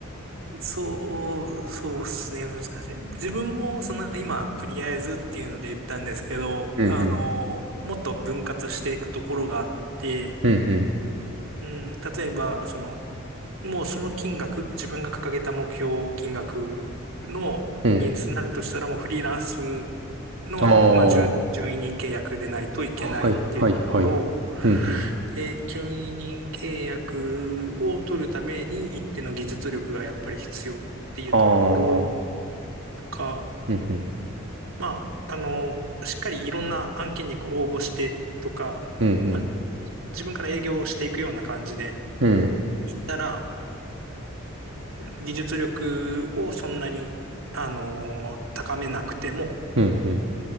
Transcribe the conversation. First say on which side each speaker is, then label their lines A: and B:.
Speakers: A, on the right (about 75°); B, on the right (about 60°).
A: そう、そうっすね、難しい。自分も、その、今、とりあえずっていうので言ったんですけど、
B: うんうん。
A: あの、もっと分割していくところがあって、
B: うんうん。
A: うん、例えば、その、もうその金額、自分が掲げた目標金額の人数になるとしたら、
B: うん。
A: もうフリーランスの、
B: ああ。
A: まあ、準、準委任契約でないといけないっていうところ
B: はいはいはい。うんうん。
A: で、準委任契約を取るために一定の技術力がやっぱり必要っていうところ
B: ああ。
A: か、
B: うん、うん、
A: まあ、あの、しっかりいろんな案件にこう応募してとか、
B: うん、
A: まあ、自分から営業をしていくような感じで
B: うん、
A: いったら、技術力をそんなに、あの、高めなくても、
B: うん、うん、うん、